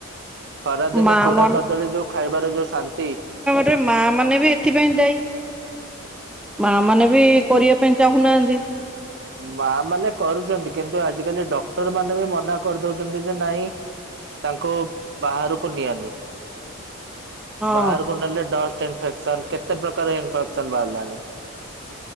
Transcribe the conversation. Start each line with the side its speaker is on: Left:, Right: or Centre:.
Right: ଖରା ଦିନେ
Centre: ମା
Right: ଚୁଡା
Centre: ମାନ
Right: କଦଳୀ ଯୋଉ ଖାଇବାରେ ଯୋଉ ଶାନ୍ତି।
Centre: ରେ ମା ମାନେ ବି ଏଥିପାଇଁ ଦାୟି। ମା ମାନେ ବି କରିବା ପାଇଁ ଚାହୁଁନାହାନ୍ତି।
Right: ମା ମାନେ କରୁଛନ୍ତି କିନ୍ତୁ ଆଜିକାଲି ଡକ୍ଟର ମାନେ ବି ମନା କରିଦଉଛନ୍ତି ଯେ ନାଇଁ ତାଙ୍କୁ ବାହାରକୁ ନିଅନି।
Centre: ହଁ
Right: ବାହାରକୁ ନେଲେ ଡଷ୍ଟ ଇନଫେକ୍ସନ କେତେ ପ୍ରକାର ଇନଫେକ୍ସନ ବାହାରିଲାଣି।